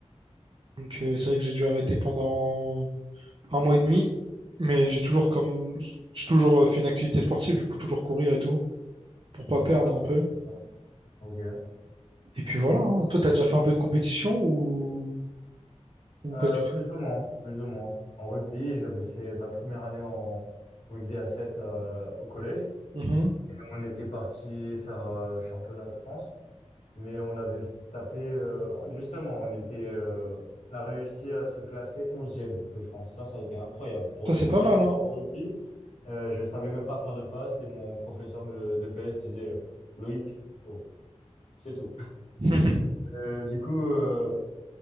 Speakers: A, on the right (about 50°); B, on the left (about 75°).
A: Donc, euh, c'est vrai que j'ai dû arrêter pendant un mois et demi, mais j'ai toujours comme, j'ai toujours euh, fait une activité sportive, du coup, toujours courir et tout, pour
B: Mm,
A: pas perdre
B: Pour la...
A: un peu.
B: Ouais. Ok.
A: Et puis voilà, hein. Toi, t'as déjà fait un peu de compétition ou, ou
B: Euh,
A: pas du
B: plus
A: tout?
B: ou moins, plus ou moins. En rugby, j'avais fait ma première année en rugby à 7 euh, au collège.
A: Mhm.
B: Et on était parti faire euh, championnat de France, mais on avait tapé, euh, justement, on était, euh, on a réussi à se classer onzième de France. Ça, ça a été incroyable. Pour
A: Ça,
B: une
A: c'est
B: première
A: pas mal, hein.
B: fois en rugby, euh, je savais même pas faire de passe et mon professeur me- de PS disait euh, Loïc, oh, c'est tout.
A: <laughs>
B: Euh, du coup, euh,